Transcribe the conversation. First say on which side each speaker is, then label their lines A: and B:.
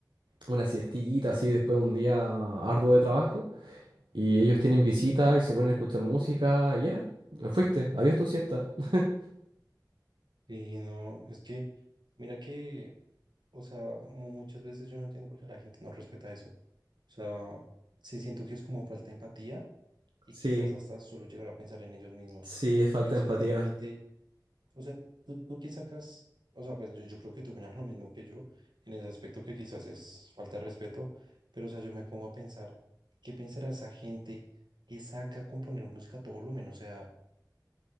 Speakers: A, on the right; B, on the right.
A: una siestita así después de un día arduo de trabajo, y ellos tienen visita y se ponen a escuchar música y era, fuiste, adiós tu siesta. <laughs>
B: Y no, es que, mira que, o sea, mu- muchas veces yo no entiendo por qué la gente no respeta eso. O sea, sí siento que es como falta de empatía y
A: Sí,
B: quizás hasta solo llegar a pensar en ellos mismos.
A: sí, es falta
B: Porque, o
A: de
B: sea,
A: empatía.
B: literalmente, o sea, tú, tú qué sacas, o sea, pues yo, yo creo que tú miras lo mismo que yo en ese aspecto que quizás es falta de respeto, pero, o sea, yo me pongo a pensar, ¿qué pensará esa gente que saca componer música a todo volumen? O sea,